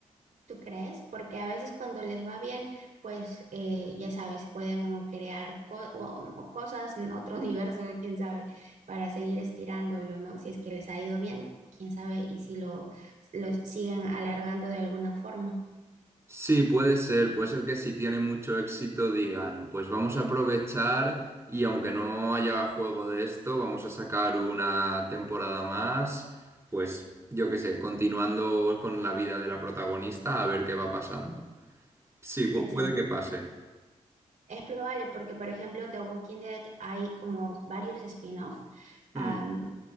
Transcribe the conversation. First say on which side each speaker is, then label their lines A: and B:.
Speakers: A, on the right; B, on the right.
A: ¿Tú crees? Porque a veces cuando les va bien, pues eh, ya sabes, pueden crear co- o- o cosas en otro <laughs> universo, quién sabe, para seguir estirándolo, ¿no? Si es que les ha ido bien, quién sabe, y si lo, lo siguen alargando de alguna forma.
B: Sí, puede ser, puede ser que si tiene mucho éxito digan, pues vamos a aprovechar y aunque no haya juego de esto, vamos a sacar una temporada más, pues yo qué sé, continuando con la vida de la protagonista a ver qué va pasando. Sí, pu-
A: Exacto.
B: puede que pase.
A: Es probable porque, por ejemplo, The Walking Dead hay como varios spin-off
B: Mm,
A: am,